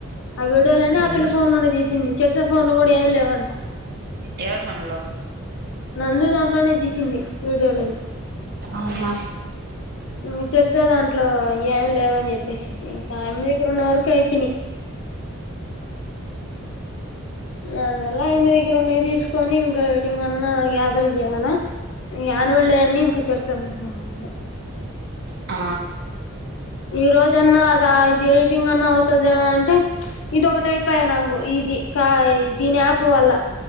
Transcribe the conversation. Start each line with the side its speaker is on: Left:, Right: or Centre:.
Left: ఆ వీడియోలన్ని
Right: ఉమ్
Left: ఆపిల్ల ఫోన్ లోనే తీసింది చరిత ఫోన్ లో కూడా ఏమ్ లేవంట
Right: ఎవర్ ఫోన్లో
Left: నందు దాంట్లోనే తీసింది వీడియోలు అయ్యి
Right: ఆహా
Left: మీ చరిత దాంట్లో ఏం లేవని చెప్పేసింది పెషింది అయమ్మిదగ్గరున్న వరకు అయిపోయినయ్ దానివల్ల ఆ యమ్మి దగ్గరున్నయి తీసుకొని ఇంకా ఎడిటింగన్నా గ్యాదర్ చేయ్యాలా ఇ ఆనువల్ డే అన్ని ఇంక చరిత దాంట్లో ఉన్నాయి
Right: ఆ
Left: ఈ రోజన్నా అదా ఇది ఎడిటింగ్ అన్నా అవుతదమో అంటే ఇది ఒకటైపయే నాకు ఇ ఇది కాయ్ దీని ఆప్ వల్ల